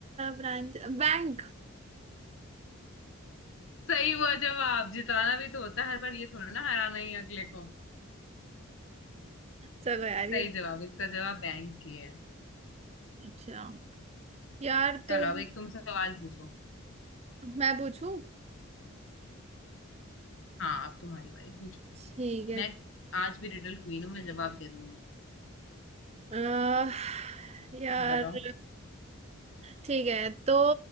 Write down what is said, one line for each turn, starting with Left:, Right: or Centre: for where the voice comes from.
Right: ब्रांच बैंक
Left: सही हुआ जवाब जिताना भी तो होता है हर बार ये थोड़ा ना हराना ही अगले को
Right: चलो यार
Left: सही
Right: ये
Left: जवाब इसका जवाब बैंक ही है
Right: अच्छा यार तो
Left: चलो अब एक तुम सवाल पूछो
Right: मैं पूछूं
Left: हाँ अब तुम्हारी बारी पूछो
Right: ठीक है
Left: मैं आज भी रिडल क्वीन हूँ मैं जवाब दे दूंगी
Right: अह, यार
Left: बताओ
Right: ठीक है तो